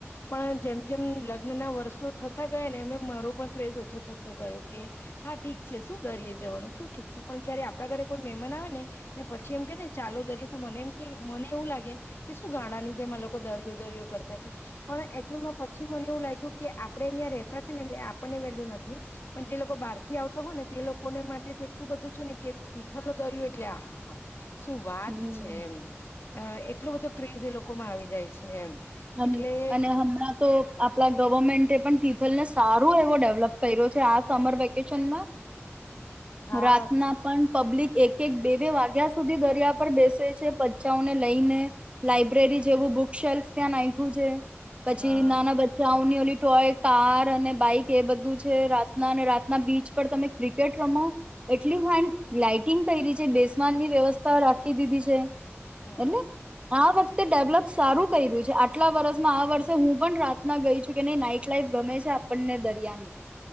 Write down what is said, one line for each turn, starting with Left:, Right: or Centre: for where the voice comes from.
Left: પણ જેમ જેમ લગ્ન ના વર્ષો શ થતા ગયા ને એમે મારો પણ ક્રેઝ ઓછો થતો ગયો. કે હા ઠીક છે, શું <unintelligible> જવાનું શું ઠીક છે, પણ જયારે આપણા ઘરે કોઈ મહેમાન આવે ને ને પછી એમ કે ને ચાલો દરય તો મને એમ કે મને એવું લાગે કે શું ગાડા ની જેમાં લોકો દરિયો દરિયો કરતા છે, પણ એચુઅલમાં પછી મને એવું લાગ્યું કે આપડે અહં રેતા છે, ને એટલે આપણને વેલ્યુ નથી પણ જે લોકો બાર થી આવતા હોય ને તે લોકોને માટે તો એટલું બધું છે, ને કે તિથલ ન દરિયો એટલે આ હા હા. શું વાત
Right: હમ
Left: છે, એમ. અ એટલો બધો ક્રેઝ એ લોકોમાં આવી જાય છે, એમ.
Right: <unintelligible>
Left: એટલે
Right: હમણાં તો આપડા. ગવર્મેન્ટે પણ તિથલને સારો એવો ડેવલપ કર્યો છે. આ સમર વેકેશનમાં
Left: હા
Right: રાતના
Left: કે
Right: પણ પબ્લિક એક એક બે બે વાગ્યા સુધી દરિયા પર બેસે છે, બચ્ચાઓને લઈને લાઈબ્રેરી જેવું બુક શેલ્ફ. ત્યાં નાખખ્યું છે. પછી
Left: હા
Right: નાના બચ્ચા આવ <unintelligible> કાર અને બાઈક એ બધું છે, રાતના રાતના બીચ પર તમે ક્રિકેટ રમો એટલી ફન લટિંગ કરી <unintelligible> ની વ્યવસ્થા રાખ કે દીદી છે.
Left: હા
Right: એલે આ તે ડેવલપ સારું કર્યું છે, આટલા વર્ષમાં આ વર્ષે હું પણ રાતના ગઈ છું કે નહી નાઈટ લાઈફ <unintelligible> છે, આપણને દરિયાની.